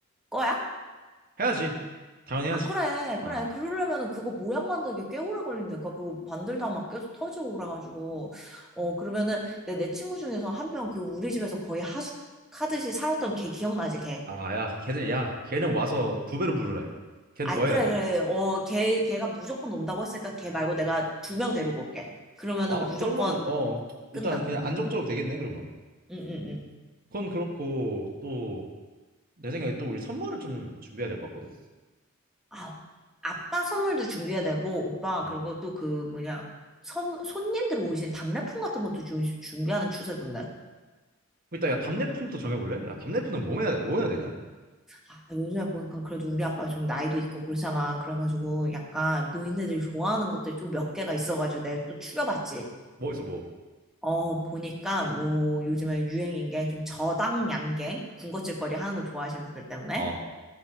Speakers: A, in the centre; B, on the right.
A: 거야?
B: 해야지. 당연히 해야지.
A: 아, 그래, 그래.
B: 어.
A: 그러려면 그거 모양 만드는 게 꽤 오래 걸린다니까. 그거 만들다 막 계속 터지고 그래가지고. 어, 그러면은 내, 내 친구 중에서 한 명 그 우리 집에서 거의 하숙하듯이 살았던 걔 기억나지, 걔?
B: 아, 야, 걔는, 야, 걔는 와서 두 배로 부르라 해. 걘
A: 아,
B: 더
A: 그래,
B: 해야 돼.
A: 그래. 어, 걔, 걔가 무조건 온다고 했으니까 걔 말고 내가 두 명 데리고 올게. 그러면은
B: 아,
A: 무조건
B: 그러면, 어,
A: 끝나,
B: 일단 그냥
A: 끝나.
B: 안정적으로 되겠네, 그러면.
A: 응, 응, 응.
B: 그건 그렇고, 또, 내 생각에 또 우리 선물을 좀 준비해야 될 것 같거든.
A: 아, 아빠 선물도 준비해야 되고, 오빠,
B: 음.
A: 그리고 또 그 뭐냐. 선, 손님들 오신 답례품 같은 것도 주, 준비하는 추세던데.
B: 일단, 야, 답례품부터 정해볼래? 야, 답례품은 뭐 해야, 뭐 해야 되냐?
A: 아, 요즘에 보니까 그래도 우리 아빠 좀 나이도 있고 그러잖아. 그래가지고 약간 노인네들이 좋아하는 것들 좀 몇 개가 있어가지고 내가 또 추려봤지.
B: 뭐 있어, 뭐.
A: 어, 보니까 뭐 요즘에 유행인 게 좀 저당 양갱, 군것질거리 하는 거 좋아하시는 분들 때문에
B: 어.